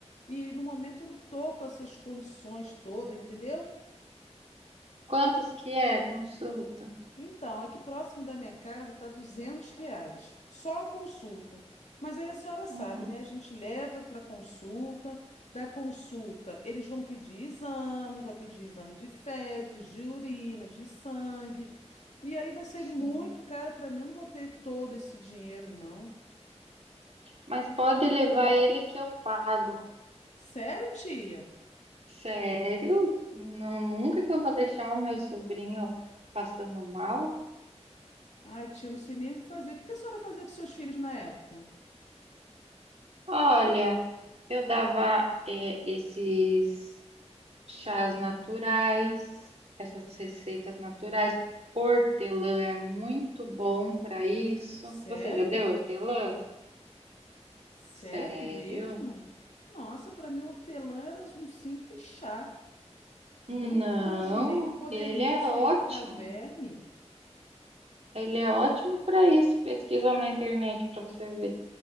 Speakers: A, on the left; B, on the right.
A: e no momento eu não tô com essas condições todas, entendeu?
B: Quantos que é a consulta?
A: Então, aqui próximo da minha casa tá 200 reais, só a consulta. Mas aí a senhora sabe,
B: Uhum,
A: né? A gente leva para consulta, da consulta eles vão pedir exame, vai pedir exame de fezes, de urina, de sangue. E aí vai sair
B: sim.
A: muito caro para mim. Eu não vou ter todo esse dinheiro, não.
B: Mas pode levar ele que eu pago.
A: Sério, tia?
B: Sério? Não, nunca que eu vou deixar o meu sobrinho passando mal?
A: Ai, tia, não sei nem o que fazer. O que que a senhora fazia com seus filhos na época?
B: Olha, eu dava é, esses chás naturais, essas receitas naturais. Hortelã é muito bom para isso.
A: Sério?
B: Você já deu hortelã?
A: Sério
B: Sério?
A: mesmo? Nossa, para mim, hortelã era um simples chá.
B: Não,
A: Nunca imaginei que poderia
B: ele é
A: servir
B: ótimo.
A: para verme.
B: Ele é ótimo para isso. Pesquisa na internet para você ver.